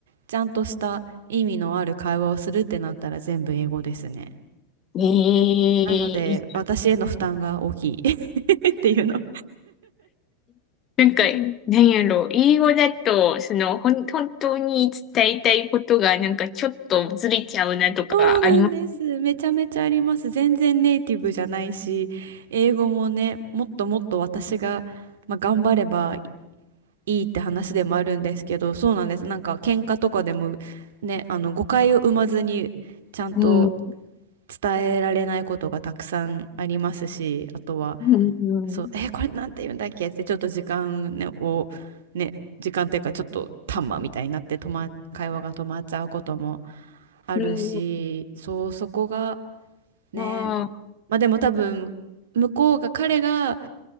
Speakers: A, on the right; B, on the left.
A: ちゃんとした意味のある会話をするってなったら全部英語ですね。
B: ええ、い
A: なので、私への負担が大きい。っていうの。
B: なんか、なんやろう、英語だと、その、ほん、本当に伝えたいことが、なんかちょっとずれちゃうなとかあります。
A: そうなんです。めちゃめちゃあります。全然ネイティブじゃないし、英語もね、もっともっと私が、まあ、頑張ればいいって話でもあるんですけど、そうなんです。なんか喧嘩とかでもね、あの誤解を生まずにちゃんと
B: うん。う
A: 伝えられないことがたくさんありますし、あとは、
B: ん。うん。
A: そう、えーこれなんて言うんだっけってちょっと時間ね、を、ね、時間っていうかちょっとタンマみたいになって止ま、会話が止まっちゃうこともあるし、
B: うん
A: そう、そこがね、
B: ああ、
A: まあでも多分、向こうが、彼が